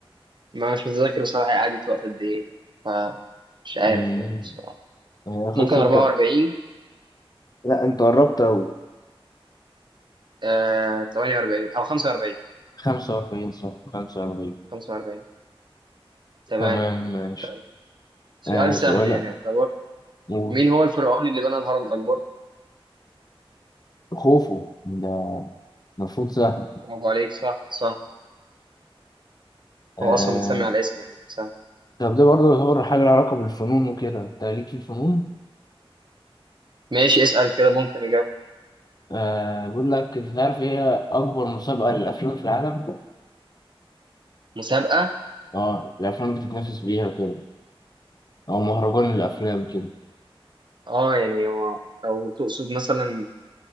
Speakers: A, on the right; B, on the left.
A: ما مش متذكر بصراحة هي قعدت وقت قد إيه فمش عارف
B: مم.
A: يعني بصراحة
B: هي خلصت
A: ممكن 44
B: ده. لا انت قربت أوي
A: آه 48 أو 45
B: خمسة وأربعين صح خمسة وأربعين
A: 45 تمام
B: تمام ماشي
A: طيب سؤال
B: آه
A: سهل
B: سؤالك
A: يعني يعتبر
B: قول
A: مين هو الفرعون اللي بنى الهرم الأكبر؟
B: خوفه ده المفروض سهل
A: برافو عليك صح صح
B: آه
A: هو أصلا متسمي على اسمه يعني صح
B: طب ده برضه يعتبر حاجة لها علاقة بالفنون وكده انت ليك في الفنون؟
A: ماشي اسأل كده ممكن أجاوب
B: آه بقول لك انت تعرف ايه هي أكبر مسابقة للأفلام في العالم؟
A: مسابقة؟
B: اه الأفلام بتتنافس بيها وكده او مهرجان الافلام كده
A: أه يعني هو لو تقصد مثلا